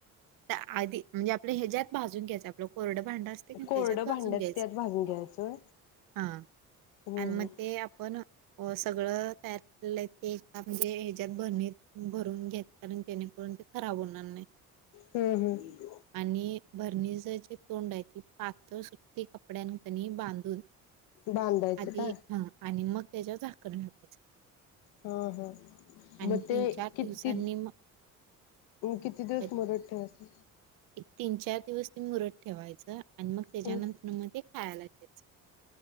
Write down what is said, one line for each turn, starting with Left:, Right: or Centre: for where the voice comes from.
Right: त आधी म्हणजे आपलं हेज्यात भाजून घ्यायचं आपलं कोरड भांड असतय कनी
Left: कोरडं
Right: त्याच्यात भाजून
Left: भांड्यात
Right: घ्यायच.
Left: त्यात भाजून घ्यायचं
Right: हा
Left: हो
Right: आणि
Left: हो
Right: मग ते आपण सगळं तयार केलेलं हाय ते एका म्हणजे हेज्यात भरणीत भरून घेताना जेणेकरून ते खराब होणार नाही.
Left: हम्म हम्म
Right: आणि भरणीज जे तोंड आहे ते पातळ सुती कपड्यांन कणी बांधून
Left: बांधायचं
Right: आधी
Left: का
Right: ह आणि मग त्याच्यावर झाकण <unintelligible>
Left: हा हा
Right: आणि
Left: म ते
Right: तीन चार
Left: किती
Right: दिवसांनी मग
Left: किती दिवस मुरत
Right: एक
Left: ठेवायचं
Right: तीन चार दिवस ते मुरत ठेवायचं आणि मग त्याच्यानंतर
Left: हम्म
Right: मग ते खायाला घ्यायचं..